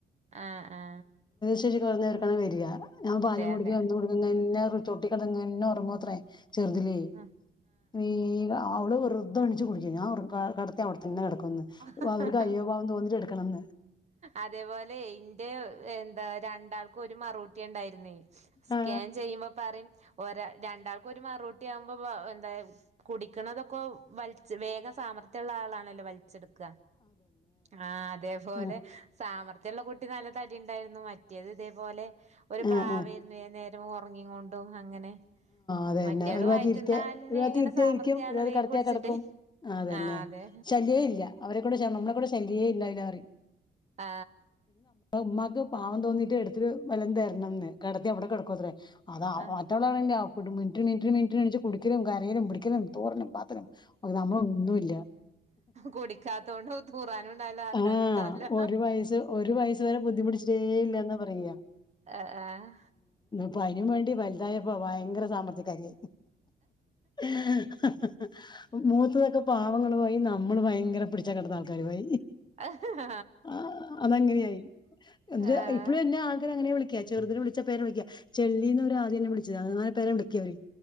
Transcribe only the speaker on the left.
ശെഷി കുറഞ്ഞവർക്കാണ് വരിക ഞാൻ പാലും കുടിക്കും
എന്തും കുടിക്കും <inaudible> ചൊട്ടിക്കിടന്നെറങ്ങുത്രേ ചെറുതിലൊ
വെക അവള് വെറുതെണീച്ച് കുടിക്കും ഞാ ഒറങ്ങാ കിടത്തിയ അവിടെത്തന്നെ കിട ക്കുംന്ന്
പ്പോഅവർക്ക് അയ്യോ പാവംതോന്നിട്ട് എടുക്കണംന്ന്
ആ
ആ
ആ
ആ
അതെന്നെ
ഒരുപാത്തിരുത്തിയാ
ഒരു പാത്തിരുത്തിയ
ഇരിക്കും
ഒരുപാത്ത്
കെടത്തിയാ
കെടക്കും അതെന്നെ
ശല്യോ ഇല്ല അവരെ കൊണ്ട് ശ നമ്മളെക്കൊണ്ട് ശല്യോല്ലണ്ടായില്ലഅറിയും
ഉമ്മാക്ക് പാവം തോന്നീട്ട് എടുത്തിട്ട് വല്ലതും തരണംന്ന് കിടത്തിയ അവിടെ കിടക്കുവത്രേ അത
<unintelligible> മിനിറ്റിന് മിനിറ്റിന് മിനിറ്റിനെണീച്ച്ട്ട് കുടിക്കലും കരയലും പിടിക്കലും തൂറലും പാതലും നമ്മളോന്നുല്ല
ആ
ഒരു വയ സ് ഒരു വയസ് വരെ ബുദ്ധിമുട്ടിച്ചിട്ടേല്ലാന്ന പറയാ
അപ്പൊ അതിന് വേണ്ടി വലുതായപ്പോ വയങ്കര സാമ്രാത്രി ക്കാരി ആയി ഹ ഹ ഹ ഹ മൂത്തതോക്കെ പാവങ്ങളായി നമ്മള് ഭയങ്കര പിടിച്ചാൽ കിട്ടുന്ന ആൾക്കാര് ആയി
ആ അതങ്ങനെയായി എ
ഇപ്പഴും എന്നെ ആൾക്കാര് അങ്ങനെ വിളിക്ക ചെറുതിന് വിളിച്ച പേരാ വിളിക്ക ചെള്ളീന്ന് ഓര് ആദ്യം ന്നെ വിളിച്ചത് അങ്ങനെ പേരെ വിളിക്കാ ഇവര്